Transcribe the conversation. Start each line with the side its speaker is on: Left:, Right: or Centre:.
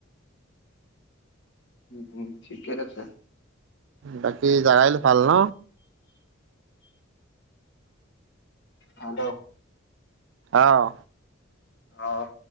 Left: উম উম ঠিকে আছে।
Right: বাকি জাগা গিলা ভাল ন?
Left: হল
Right: আহ
Left: আহ